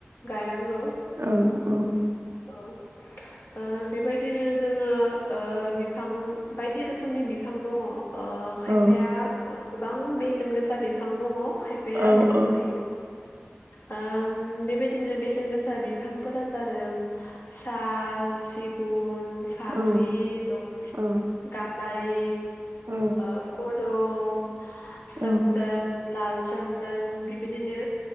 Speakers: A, on the left; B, on the right.
A: गायनांगौ।
B: औ औ
A: औ ओ बेबायदिनो जोङो ओ बिफां बायदि रोखोमनि बिफां दङ ओ खायफाया
B: औ
A: गोबां बेसेन गोसा बिफां दङ। खायफाया
B: औ
A: बेसेन
B: औ
A: गैयि। ओ बेबायदिनो बेसेन गोसा बिफांफोरा जादों साल सिग गुन फाख्रि
B: औ
A: दं
B: औ
A: गाम बारि
B: औ
A: ओ <unintelligible> दम चोन्दोन
B: औ
A: फ्लाल चोन्दोन बिदि बिदिनो